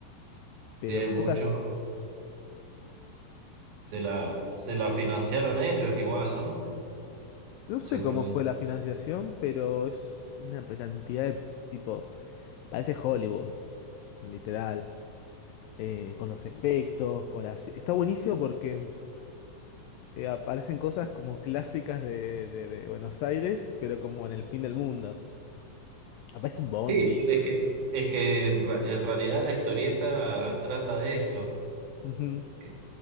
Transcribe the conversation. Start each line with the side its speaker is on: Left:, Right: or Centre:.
Left: Pero
Right: Tiene
Left: pocas,
Right: mucho. Se la, se la financiaron ellos igual, ¿no?
Left: No
Right: Según
Left: sé cómo
Right: lo que
Left: fue la financiación, pero es una pe- cantidad de tipo, parece Hollywood, literal, eh, con los efectos, con las- Está buenísimo porque eh, aparecen cosas como clásicas de, de- de Buenos Aires, pero como en el fin del mundo. Aparece un bondi.
Right: Sí, es que, es que en, ra- en realidad la historieta trata de eso,
Left: Ujú.
Right: que